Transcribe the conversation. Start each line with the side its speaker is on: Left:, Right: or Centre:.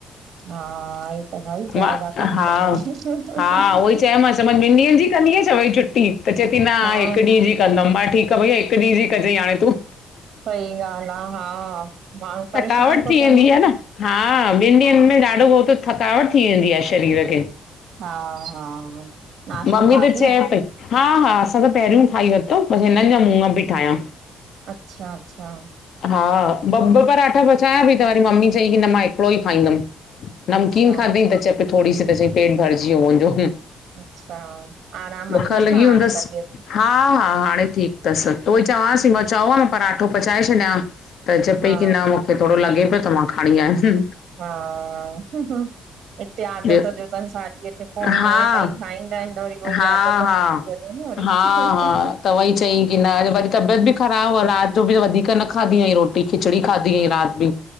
Right: हा हे त भई घर
Left: मां
Right: जा कम
Left: हा
Right: कया।
Left: हा उहोई चयोमासि चयोमासि ॿिनि ॾींहंनि जी कंदीए छा वई छुटी त चए थी न
Right: हा
Left: हिकु ॾींहुं जी कंदमि मां चयो ठीकु आ भईया हिकु ॾींहुं जी कजाईं हाणे तूं
Right: सही ॻाल्हि आ हा माण्हू परेशान
Left: थकावट
Right: थो
Left: थी
Right: थियनि
Left: वेंदी आ न हा ॿिनि ॾींहंनि में ॾाढो त थकावट थी वेंदी आ शरीर खे
Right: हा हा नाश्तो
Left: मम्मी
Right: खाधुव
Left: त चए पई हा हा असां त पहिरियों ई खाई वरितो बसि हिननि जा मूंग पई ठाहियां
Right: अच्छा अच्छा
Left: हा ब ब पराठा बस चांया पई त वरी मम्मी चई कि न मां हिकिड़ो ई खांईदम, नमकीन
Right: अच्छा
Left: खादंई चए पई थोड़ी सी त च्यंई पेट भरजी वियो मुंजो हुं
Right: अच्छा आराम अथसि
Left: बुख लॻी
Right: न हाणे
Left: हूंदसि,
Right: तबियत
Left: हा -हा हाणे ठीकु तसि उहोई चवांसि पई मां चओ हां मा पराठो पचाए छॾियां हां। त चए
Right: हा
Left: पई की न मुखे थोड़ो लॻे पियो त मां खणी आयमि।
Right: हा----हं हं। हिते आदत
Left: ॿियो
Right: जो तनि साढी अठें पोणीं
Left: हा
Right: नवें ताईं खाईंदा हिनि त वरी उव्होई
Left: हा
Right: आदत
Left: हा
Right: थी थी वंञे न वरी।
Left: हा हा त व्हई चईं कि न अॼु वरी तबियत बि ख़राबु हुव रात जो बि वधीक न खादी हंई रोटी खिचड़ी खादी हंई राति बि,